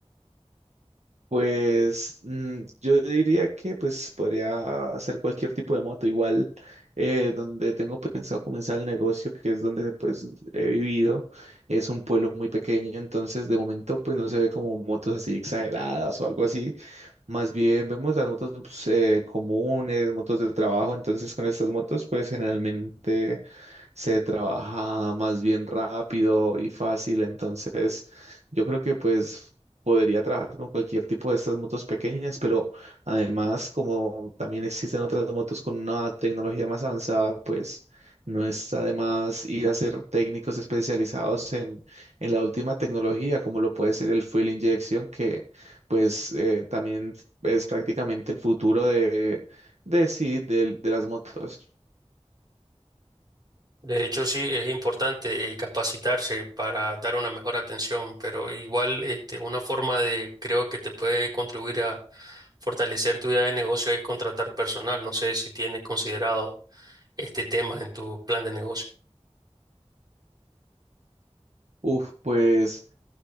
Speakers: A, on the right; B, on the right.
A: Pues mm, yo diría que pues podría hacer cualquier tipo de moto, igual eh, donde tengo pensado comenzar el negocio, que es donde pues he vivido, es un pueblo muy pequeño, entonces de momento pues no se ve como motos así exageradas o algo así Más bien vemos las motos pues, eh, comunes, motos de trabajo, entonces con estas motos pues generalmente se trabaja más bien rápido y fácil, entonces yo creo que pues podría trabajar con cualquier tipo de estas motos pequeñas, pero además como también existen otras motos con una tecnología más avanzada, pues no está de más ir a ser técnicos especializados en, en la última tecnología, como lo puede ser el fuel injection, que pues eh, también es prácticamente el futuro de, de sí, del- de las motos.
B: De hecho, sí, es importante eh, capacitarse para dar una mejor atención, pero igual este, una forma de, creo que te puede contribuir a fortalecer tu idea de negocio es contratar personal. No sé si tienes considerado este tema en tu plan de negocio.
A: Uf, pues